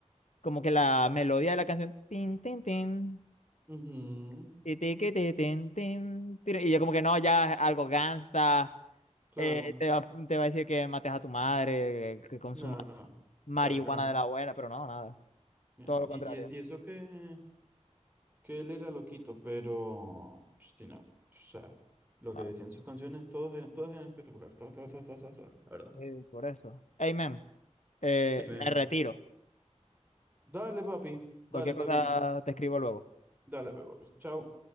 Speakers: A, on the left; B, on the right.
A: como que la melodía de la canción. Tin, tin, tin.
B: ujú,
A: Y te que te ten, ten, Y yo como que no, ya algo gangsta,
B: Claro.
A: eh, te va, te va a decir que mates a tu madre, que, que consuma
B: Nada, nada.
A: marihuana
B: Claro que no.
A: de la buena, pero no, nada,
B: mi hermano.
A: todo lo
B: Y,
A: contrario.
B: y, es- y eso que. que él era loquito, pero, pues, tiene- o sea, lo
A: No,
B: que decían sus canciones, todos eran, todas eran espectacular, todas, todas, todas, todas, todas, todas, la verdad.
A: eh, por eso. Amen. Eh,
B: Sí, me-
A: me retiro.
B: Dale, papi, dale,
A: Cualquier
B: está
A: cosa
B: bien,
A: te escribo luego.
B: dale, pues, papi, chao.